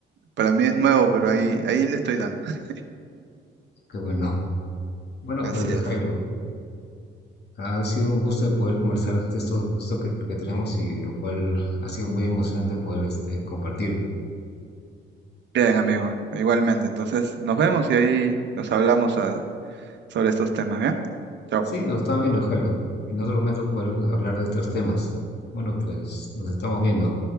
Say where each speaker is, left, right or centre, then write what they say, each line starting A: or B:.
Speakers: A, on the right (about 65°); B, on the left (about 55°).
A: Para mí es nuevo, pero ahí, ahí le estoy dando. <laughs>
B: Qué bueno. Bueno,
A: Así
B: pues Jairo,
A: es.
B: ha sido un gusto poder conversar de estos gustos que, que tenemos y lo cual ha sido muy emocionante poder este, compartir.
A: Bien, amigo, igualmente. Entonces, nos vemos y ahí nos hablamos ah, sobre estos temas, ¿bien? Chao.
B: Sí, nos está viendo Jairo. En otro momento poder hablar de estos temas. Bueno, pues nos estamos viendo.